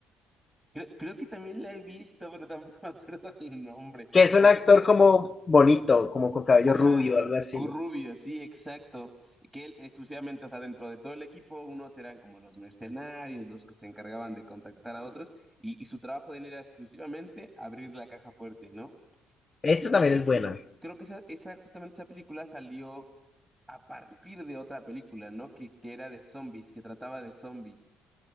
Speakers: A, on the right; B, on the left.
A: Creo, creo que también la he visto, pero tampoco me acuerdo <laughs> del nombre,
B: Que es un
A: porque
B: actor
A: justo,
B: como bonito, como con cabello
A: ajá,
B: rubio, algo así.
A: U- Rubio, sí, exacto, y que él exclusivamente, o sea, dentro de todo el equipo, unos eran como los mercenarios, los que se encargaban de contactar a otros, y, y su trabajo de él era exclusivamente abrir la caja fuerte, ¿no?
B: Esta
A: Y,
B: también
A: y, cre-
B: es buena.
A: y creo que esa, esa, justamente esa película salió a partir de otra película, ¿no? Que, que era de zombies, que trataba de zombies.